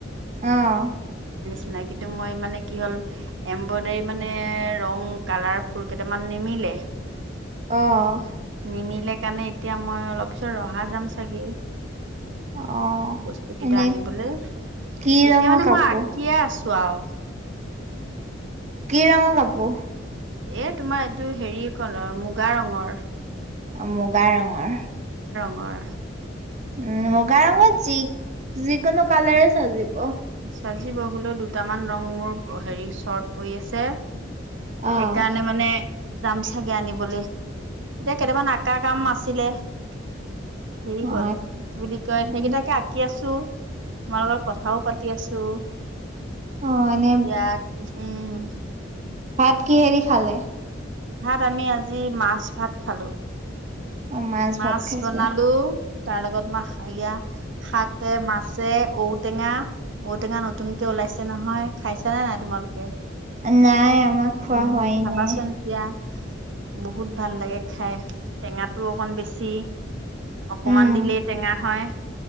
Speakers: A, on the right; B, on the right.
A: আহ
B: নিচিনাকন্তু মই মানে কি হ'ল এম্ব্ৰইডাৰী মানে ৰং কালাৰ ফুল কেইটামান নিমিলে
A: আহ
B: নিমিলে কাৰণে এতিয়া মই অলপ পিছত ৰহা যাম চাগে
A: অ'।
B: বস্তু কেইটা
A: এনে
B: আনিবলৈ
A: কি
B: এতিয়া
A: ৰঙৰ
B: মানে
A: কাপোৰ?
B: মই আঁকিয়ে আছো চোৱাও
A: কি ৰঙৰ কাপোৰ
B: এ তোমাৰ এইটো হেৰি কৰ মুগা ৰঙৰ
A: অ গাই ৰঙৰ
B: ুমাৰ
A: উম মই গঙত য যিকোনো কালৰে চাজিব অ
B: চাজি বহলেও দুটামান ৰং মোৰ হেৰি চৰ্ট পৰি আছে
A: অ',
B: সেইকাৰণে মানে যাম চাগে আনিবলৈ এতিয়া কেইটামান আকা কাম আাছিলে হেৰি
A: অ',
B: হ'ল বুলি কয়
A: উম।
B: সেইকেইটাকে আঁকি আছো তোমাৰ লগৰ কথাও পাতি আছো
A: অ', এনে
B: এতিয়া উম,
A: ভাত কি হেৰি খালে?
B: ভাত আমি আজি মাছ ভাত খালো।
A: অ',
B: মাছ
A: ভাত খাইছে।
B: বনালো। তাৰ লগত ময়া শাকে মাছে ঔটেঙা ঔ টো নতুনক কে ওলাইছে নহয় খাইছে। চে নে নাই তোমালোকে।
A: নাই, ম খোৱা
B: উম
A: হোৱাই
B: খাবাচোন
A: নাই।
B: এতিয়া বহুত ভাল লাগে খাই, টেঙাটো অকন বেছি অকমান
A: উম,
B: দিলেই টেঙা হয়।